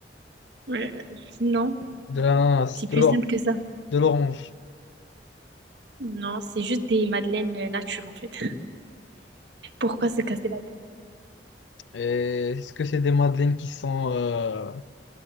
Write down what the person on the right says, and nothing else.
Ouais. Non,
C'est plus
simple que ça.
non, c'est juste des madeleines euh, nature en fait. <laughs> Pourquoi se casser la tête?